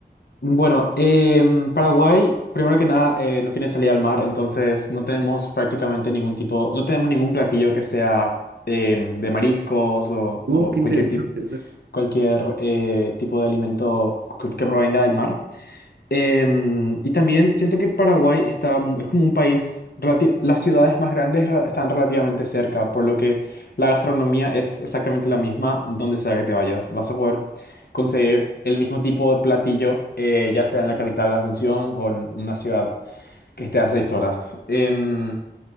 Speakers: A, on the left (about 70°); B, on the right (about 80°).
A: Bueno, em, Paraguay, primero que nada, eh, no tiene salida al mar, entonces no tenemos prácticamente ningún tipo, no tenemos ningún platillo que sea em, de mariscos o,
B: Oh,
A: o
B: qué
A: cualquier
B: interesante.
A: tipo. cualquier eh, tipo de alimento que, que provenga del mar. Em, y también siento que Paraguay está, mu- es como un país, relati- las ciudades más grandes re- están relativamente cerca, por lo que la gastronomía es exactamente la misma donde sea que te vayas. Vas a poder conseguir el mismo tipo de platillo, eh, ya sea en la capital Asunción o en una ciudad que esté a seis horas. Em,